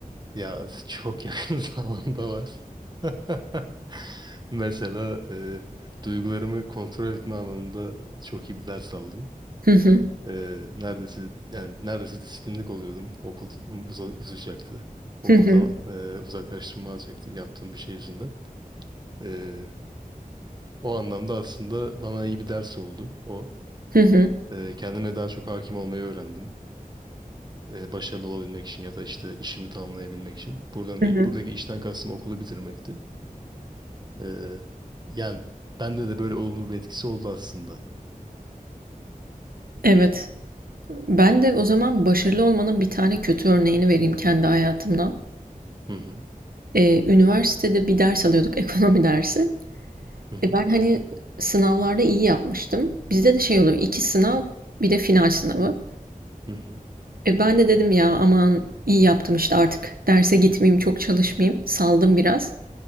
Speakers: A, on the right (about 30°); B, on the right (about 80°).
A: Ya çok yakın <laughs> zamanda var. <laughs> Mesela e, duygularımı kontrol etme alanında çok iyi bir ders aldım.
B: Hı hı,
A: E, neredeyse yani neredeyse disiplinlik oluyordum. Okul uza- uzayacaktı. Okuldan
B: hı hı,
A: e, uzaklaştırma alacaktım yaptığım bir şey yüzünden. E, o anlamda aslında bana iyi bir ders oldu o.
B: hı hı,
A: Ee, kendime daha çok hakim olmayı öğrendim. Ee, başarılı olabilmek için ya da işte işimi tamamlayabilmek için. Buradan
B: hı hı.
A: buradaki işten kastım okulu bitirmekti. Ee, yani bende de böyle olumlu bir etkisi oldu aslında.
B: Evet. Ben de o zaman başarılı olmanın bir tane kötü örneğini vereyim kendi hayatımdan.
A: Hı hı.
B: Ee, üniversitede bir ders alıyorduk, <laughs> ekonomi dersi.
A: Hı hı.
B: E Ben hani sınavlarda iyi yapmıştım. Bizde de şey oluyor, iki sınav bir de final sınavı.
A: Hı hı.
B: E ben de dedim ya aman iyi yaptım işte artık derse gitmeyeyim, çok çalışmayayım. Saldım biraz.